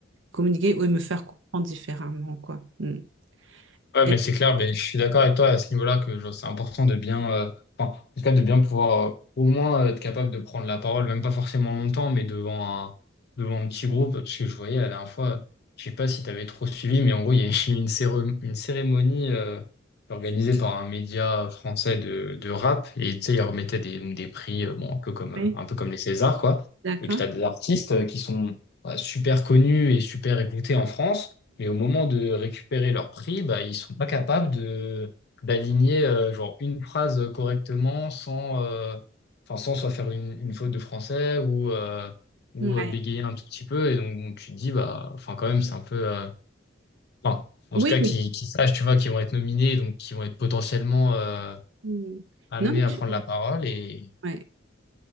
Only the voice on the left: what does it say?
Ouais,
mais c'est clair, mais je suis d'accord avec toi à ce niveau-là que genre, c'est important de bien, euh, enfin, en tout cas, de bien pouvoir euh, au moins euh, être capable de prendre la parole, même pas forcément longtemps, mais devant un, devant un petit groupe, parce que je voyais la dernière fois, je sais pas si tu avais trop suivi, mais en gros, il y a eu une, céré- une cérémonie euh, organisée par un média français de, de rap, et tu sais, ils remettaient des, des prix, euh, bon, un peu comme,
euh, un peu comme les Césars, quoi.
Et puis, tu as des artistes euh, qui sont bah, super connus et super écoutés en France mais au moment de récupérer leur prix, bah, ils sont pas capables de d'aligner euh, genre une phrase correctement sans, euh, enfin, sans soit faire une, une faute de français ou, euh, ou
euh, bégayer un tout petit peu. Et donc, tu te dis, bah, enfin, quand même, c'est un peu. euh, enfin, en
tout cas,
qui, qui sachent, tu vois, qui vont être nominés, donc qui vont être potentiellement euh,
amenés
à
prendre
la parole. Et